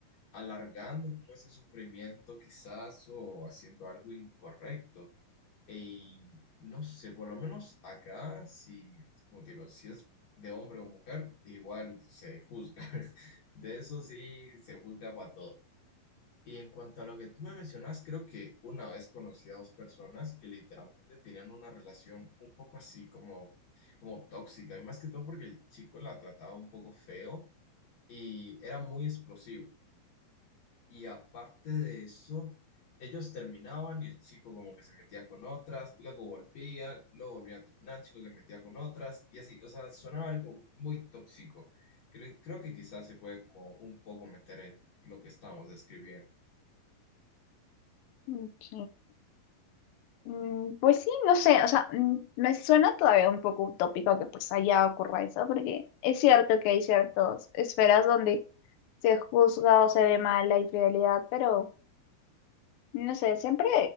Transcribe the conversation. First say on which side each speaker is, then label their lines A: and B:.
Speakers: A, on the left; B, on the left.
A: alargando como ese sufrimiento quizás o haciendo algo incorrecto. Y no sé, por lo menos acá, si, como te digo, si es de hombre o mujer, igual se juzga. <laughs> De eso sí, se juzga para todo. Y en cuanto a lo que tú me mencionas, creo que una vez conocí a dos personas que literalmente tenían una relación un poco así, como, como tóxica, y más que todo porque el chico la trataba un poco feo y era muy explosivo. Y aparte de eso, ellos terminaban y el chico como que se metía con otras, luego volvían, luego volvían a terminar, el chico se metía con otras y así, o sea, sonaba algo muy tóxico. Cre- creo que quizás se puede como un poco meter en lo que estamos describiendo.
B: Ok. Mm, Pues sí, no sé, o sea, mm, me suena todavía un poco utópico que pues allá ocurra eso, porque es cierto que hay ciertas esferas donde se juzga o se ve mal la infidelidad, pero no sé, siempre,